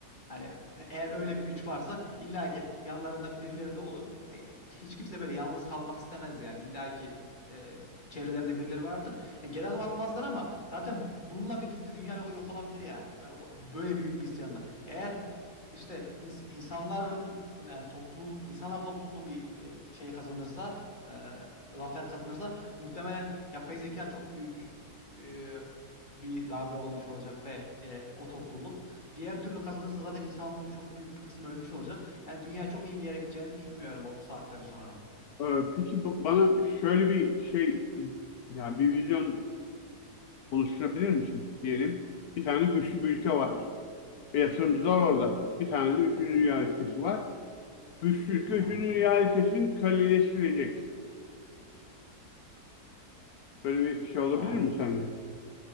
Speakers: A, on the left (about 30°); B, on the left (about 70°).
A: hani, eğer öyle bir güç varsa illa ki yanlarında birileri de olur ve hiç kimse böyle yalnız kalmak istemez yani illa ki e, çevrelerinde birileri vardır. Yani geri adım atmazlar ama zaten bununla birlikte dünya yok, yok olabilir yani E, bu- böyle büyük bir isyanla. Eğer işte ins- insanların yani topluluk insanlar topluluğu bir e, şey kazanırsa e, zafer kazanırsa muhtemelen yapay zeka çok büyük e, bir darbe olmuş olacak ve e, o topluluk. Diğer türlü kazanırsa zaten insanlığın çok büyük bir kısmı ölmüş olacak. Yani dünya çok iyi bir yere gideceğini düşünmüyorum o saatten sonra.
B: Ee, Peki bu- bana şöyle bir şey yani bir vizyon oluşturabilir misin diyelim. Bir tane güçlü bir ülke var. Ve yatırımcılar orada. Bir tane de üçüncü
A: Hı,
B: dünya ülkesi var. Güçlü ülke
A: tamam.
B: üçüncü dünya ülkesini köleleştirecek. Böyle bir şey olabilir
A: Tamam.
B: mi sence?